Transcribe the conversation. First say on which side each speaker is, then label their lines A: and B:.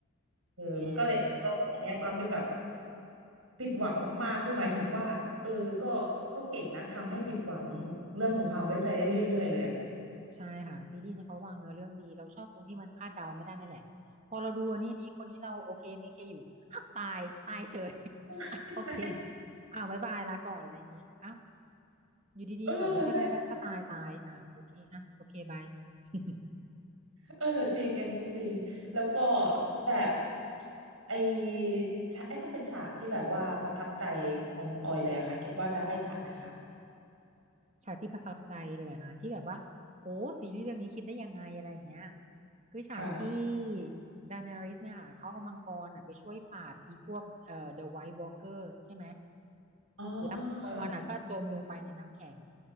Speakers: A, on the right (about 80°); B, on the right (about 35°).
A: เออก็เลยตัวละครเนี้ยปาไม่แบบ
B: แย่
A: ผิดหวังมากๆคือหมายถึงว่าเออก็ก็เก่งนะทำให้ผิดหวังเรื่องของความไว้ใจได้เรื่อยๆเลยอ่ะ
B: ใช่ค่ะซีรีส์เนี่ยเขาวางเนื้อเรื่องดีเราชอบตรงที่มันคาดเดาไม่ได้นั่นแหละพอเราดูอันนี้นี้คนนี้เราโอเคไม่โอเคอยู่อ้าวตายตายเฉย <laughs>
A: <laughs>
B: อ่ะโอเค
A: ใช่
B: อ้าวบายบายลาก่อนอะไรอย่างนี้อ้าวอยู่ดีๆแบบก็ก็ก็ตายตายอ้าวโอเคอ่ะโอเคบาย
A: เออใช่
B: <laughs>
A: เออจริงอันนี้จริงแล้วก็แต่ไอถ้าไอถ้าเป็นฉากที่แบบว่าประทับใจของคุณออยเลยอะค่ะคิดว่าจะให้ฉากไหนคะ
B: ฉากที่ประทับใจเลยอะนะที่แบบว่าโหซีรีส์เรื่องนี้คิดได้ยังไงอะไรอย่างเงี้ยคือฉากที่
A: ค่ะ
B: ดานาริสเนี่ยค่ะเขาเอามังกรอ่ะไปช่วยปราบอีพวกเอ่อ The White Walkers ใช่ไหม
A: อ๋อ
B: แล้วมังกรอ่ะก็จมลงไปในน้ำแข็ง
A: ค่ะ